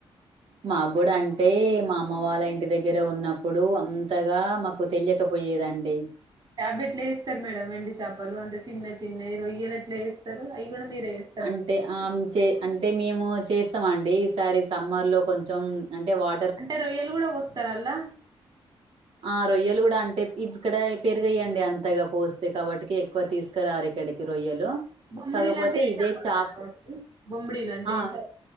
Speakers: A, on the right; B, on the right.
A: మా కూడా అంటే మా అమ్మ వాళ్ళ ఇంటి దగ్గర ఉన్నప్పుడు అంతగా మా నాకు తెలియకపోయేదండి.
B: చాపలు ఎట్లా వేస్తారు మేడం ఎండు చేపలు అంత చిన్న చిన్నవి రొయ్యలు. అవి కూడా మీరే చేస్తారా?
A: అంటే ఆంచే అంటే మేము చేస్తామండి ఈసారి సమ్మర్ లో కొంచెం అంటే వా
B: అంటే రొయ్యలు కూడా పోస్తార అలా?
A: ఆ రొయ్యలు గూడా అంటే ఇక్కడ పెరగవండి అంతగా పోస్తే కాబట్టి ఎక్కువ తీసుకురారు ఇక్కడికి రొయ్యలు.
B: బొమ్మిడిలంటే
A: కాకపోతే
B: ఏం
A: ఇదే
B: చాపలండి
A: చాప్
B: బొమ్మిడిలు అంటే
A: ఆ
B: ఏం చాపలు?